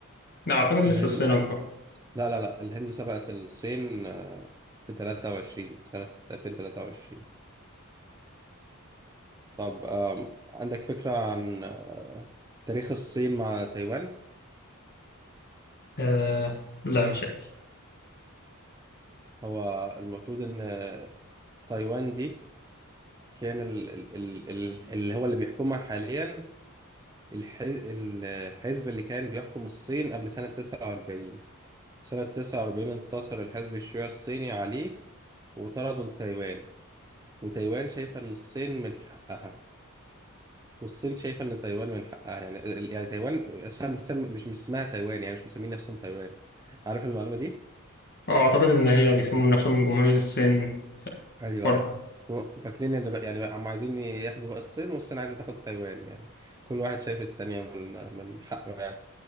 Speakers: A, on the left; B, on the right.
A: لا أعتقد لسه
B: الهند
A: الصين أكبر
B: لا لا لا الهند سبقت الصين آه، في 23 سنة 2023 طب آم، عندك فكرة عن آه، تاريخ الصين مع تايوان
A: أه لا مش عارف
B: هو المفروض إن آه، تايوان دي كان ال ال ال ال اللي هو اللي بيحكمها حاليا الحز الحزب اللي كان بيحكم الصين قبل سنة 49 سنة 49 انتصر الحزب الشيوعي الصيني عليه وطردوا لتايوان وتايوان شايفة إن الصين من حقها والصين شايفة إن تايوان من حقها يعني ال- يعني تايوان أصلا بتسمي مش مش اسمها تايوان يعني مش مسمين نفسهم تايوان عارف المعلومة دي؟
A: آه، أعتقد إن هي بيسمون نفسهم جمهورية الصين
B: ايوه
A: برضه
B: ايوه هو فاكرين ان بقى يعني هم عايزين ياخدوا بقى الصين والصين عايزه تاخد تايوان يعني كل واحد شايف التانية من من حقه يعني